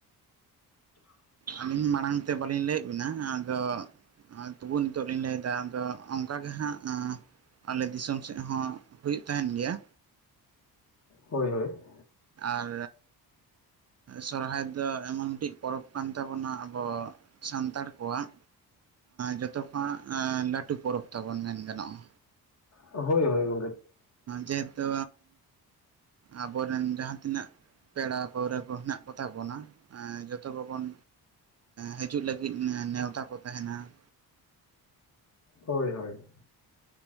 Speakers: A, on the right; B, on the left.
A: ᱟᱹᱞᱤᱧ ᱢᱟᱲᱟᱝ ᱛᱮ ᱵᱟᱹᱞᱤᱧ ᱞᱟᱹᱭᱮᱫ ᱵᱤᱱᱟ ᱟᱫᱚ ᱛᱚᱵᱩ ᱱᱤᱛᱚᱜ ᱞᱤᱧ ᱞᱟᱹᱭ ᱮᱫᱟ ᱟᱫᱚ ᱚᱱᱠᱟᱜᱮ ᱦᱟᱸᱜ ᱟᱞᱮ ᱫᱤᱥᱚᱢ ᱥᱮᱫ ᱦᱚᱸ ᱦᱩᱭᱩᱜ ᱛᱟᱦᱮᱱ ᱜᱮᱭᱟ᱾
B: ᱦᱳᱭ, ᱦᱳᱭ ᱾
A: ᱟᱨ ᱥᱚᱨᱦᱟᱭ ᱫᱚ ᱮᱢᱚᱱ ᱢᱤᱫᱴᱮᱱ ᱯᱚᱨᱚᱵᱽ ᱠᱟᱱ ᱛᱟᱵᱚᱱᱟ ᱟᱵᱚ ᱥᱟᱱᱛᱟᱲ ᱠᱚᱣᱟᱜ ᱡᱚᱛᱚ ᱠᱷᱱᱟᱜ ᱞᱟᱹᱴᱩ ᱯᱚᱨᱚᱵᱽ ᱛᱟᱵᱚᱱ ᱢᱮᱱ ᱜᱟᱱᱚᱜᱼᱟ᱾
B: ᱦᱳᱭ, ᱦᱳᱭ ᱾
A: ᱡᱮᱦᱮᱛᱩ ᱟᱵᱚᱨᱮᱱ ᱡᱟᱦᱟᱸ ᱛᱤᱱᱟᱹᱜ ᱯᱮᱲᱟ ᱯᱟᱹᱣᱲᱟᱹ ᱠᱚ ᱦᱮᱱᱟᱜ ᱠᱚᱛᱟ ᱵᱚᱱᱟ ᱡᱚᱛᱚ ᱜᱮᱵᱚᱱ ᱦᱤᱡᱩᱜ ᱞᱟᱹᱜᱤᱫ ᱱᱮᱣᱛᱟ ᱠᱚ ᱛᱟᱦᱮᱱᱟ ᱾
B: ᱦᱳᱭ, ᱦᱳᱭ ᱾